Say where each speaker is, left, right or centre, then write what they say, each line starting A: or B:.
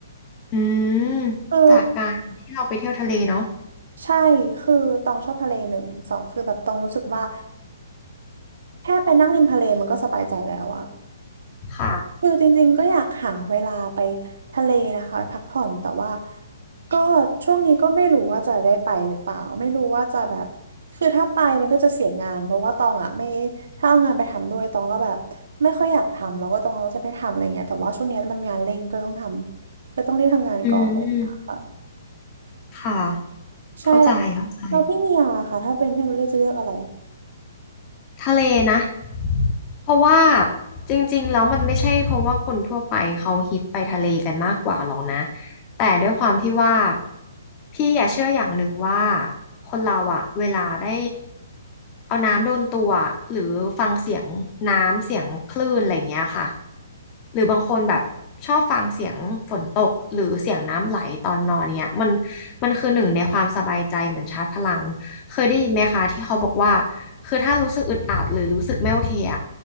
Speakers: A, on the left; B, on the right.
A: อืม
B: คือ
A: จากการที่เราไปเที่ยวทะเลเนาะ
B: ใช่คือตองชอบทะเลหนึ่งสองคือแบบตองรู้สึกว่าแค่ไปนั่งริมทะเลมันก็สบายใจแล้วอะ
A: ค่ะ
B: คือจริงๆก็อยากหาเวลาไปทะเลนะคะไปพักผ่อนแต่ว่าก็ช่วงนี้ก็ไม่รู้ว่าจะได้ไปหรือเปล่าไม่รู้ว่าจะแบบคือถ้าไปมันก็จะเสียงานเพราะว่าตองอ่ะไม่ถ้าเอางานไปทำด้วยตองก็แบบไม่ค่อยอยากทำแล้วก็ตองก็จะไม่ทำอะไรเงี้ยแต่ว่าช่วงนี้มันงานเร่งก็ต้องทำก็ต้องรีบทำงานก่อนอะไรอย่างเงี้ยค่ะ
A: อืมค่ะ
B: ใช่แล้ว
A: เข้าใจเข้าใจ
B: แล้วพี่เมียล่ะค่ะถ้าเป็นพี่เมียเลือกจะเลือกอะไร
A: ทะเลนะเพราะว่าจริงๆแล้วมันไม่ใช่เพราะว่าคนทั่วไปเขาฮิตไปทะเลกันมากกว่าหรอกนะแต่ด้วยความที่ว่าพี่อย่าเชื่ออย่างหนึ่งว่าคนเราอะเวลาได้เอาน้ำโดนตัวอะหรือฟังเสียงน้ำเสียงคลื่นอะไรอย่างเงี้ยค่ะหรือบางคนแบบชอบฟังเสียงฝนตกหรือเสียงน้ำไหลตอนนอนเนี้ยมันมันคือหนึ่งในความสบายใจเหมือนชาร์จพลัง เคยได้ยินไหมคะที่เขาบอกว่าคือถ้ารู้สึกอึดอัดหรือรู้สึกไม่โอเคอะ